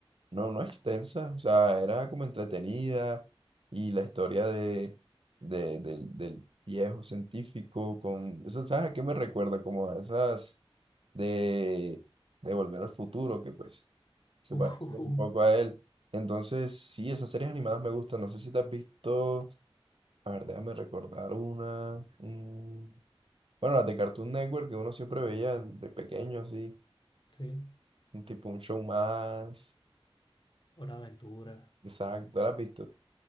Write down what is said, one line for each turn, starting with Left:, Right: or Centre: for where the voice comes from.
Right: no, no extensa, o sea, era como entretenida y la historia de, de- del, del viejo científico con, eso, ¿sabes a qué me recuerda? Como a esas de, de Volver al Futuro, que pues se
Left: <laughs>
Right: parece un poco a él. Entonces, sí, esas series animadas me gustan, no sé si te has visto, a ver, déjame recordar una. mm, bueno, las de Cartoon Network que uno siempre veía de pequeño, así,
Left: sí,
Right: un tipo un show más.
Left: Hora de Aventura.
Right: Exacto, las has visto?